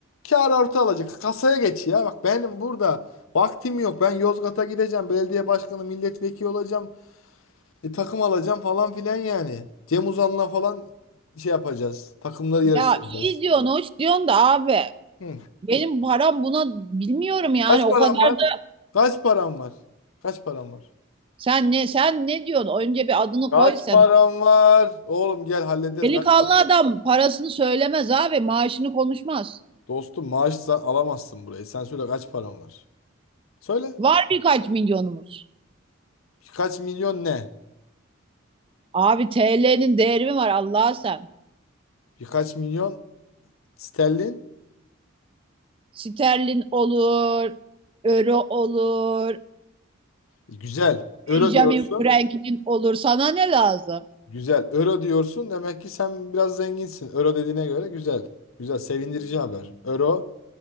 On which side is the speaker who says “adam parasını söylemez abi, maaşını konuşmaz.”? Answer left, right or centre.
Right